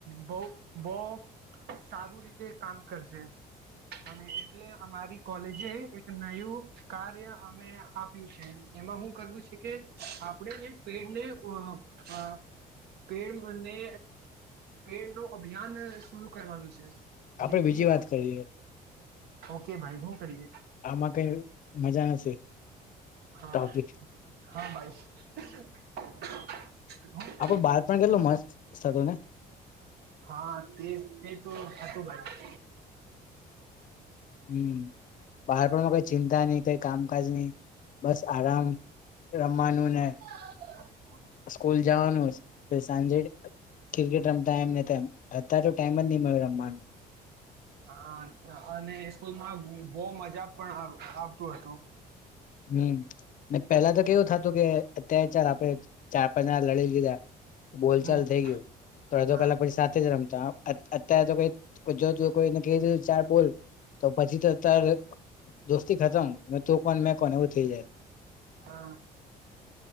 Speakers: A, on the right; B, on the left.
A: બહું બહુ સારું રીતે કામ કરશે અને એટલે અમારી કોલેજે એક નયું કાર્ય અમે આપ્યું છે એમાં હું કરવું છે કે આપણે જે પેડને ઉહ હા. પેડને અને પેડ નું અભિયાન શરૂ કરવાનું છે.
B: આપડે
A: જેથી
B: <inaudible>
A: ઓકે ભાઈ હું કરીએ.
B: આમાં કઈ મજા નથી.
A: હા
B: ટોપિક
A: હા ભાઈ. હું કરીએ
B: આપડું બાળપણ કેટલું મસ્ત હતું ને.
A: હા તે તે તો હતું ભાઈ.
B: હમ બહારપમાં કઈ ચિંતા નહી કઈ કામકાજ નહી બસ આરામ. રમમાનું ને
A: <inaudible>
B: સ્કૂલ જવાનું સાંજે ક્રિકેટ રમતા એમને તેમ અત્યારે તો ટાઈમ જ નહી મળ્યો રમવાનું.
A: હા અને સ્કૂલમાં બો મજા પણ આવતું હતું
B: હમ પેલા તો કેવું થતું કે અત્યારે ચાર આપણે ચાર પાંચાર લડી લીધા બોલચાલ
A: હમ
B: થઈ ગયું તો અડધો
A: હા
B: કલાક પછી સાથે જ રમતા અત્યારે તો કઈ જો કોઈ <unintelligible> ચાર બોલ તો પછી તો તાર દોસ્તી ખતમ તું કોણ મેં કોણ એવું થઈ જાય.
A: હા.